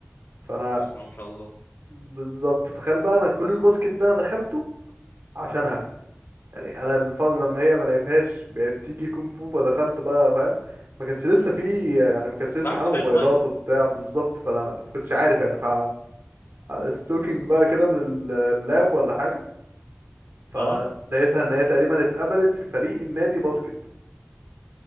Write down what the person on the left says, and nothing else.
بسم الله ما شاء الله
راحت
فين
طيب
اه